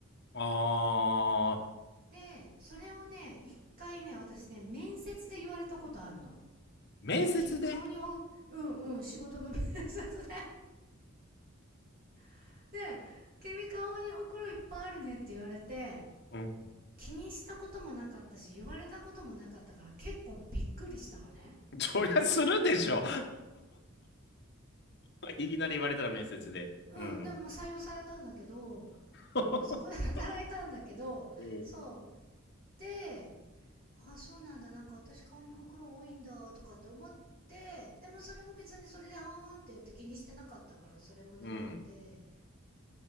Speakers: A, on the left; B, on the right.
A: あ、
B: で、それをね、一回ね、私ね、面接で言われたことあんの。
A: 面接で
B: 君顔にお、うんうん、仕事の面接で。<laughs> で、君顔におくろいっぱいあるねって言われて、
A: うん。
B: 気にしたこともなかったし、言われたこともなかったから結構びっくりしたのね。
A: <laughs> そりゃするでしょ。<laughs> いきなり言われたら面接で。
B: うん、
A: うん。
B: でもまあ採用されたんだけど、
A: <laughs>
B: で、そこで働いたんだけど、
A: うん。
B: そう。で、あそうなんだなんか私顔にほくろ多いんだとかって思ってでもそれも別にそれではーんって言って気にしてなかったからそれも流れて
A: うん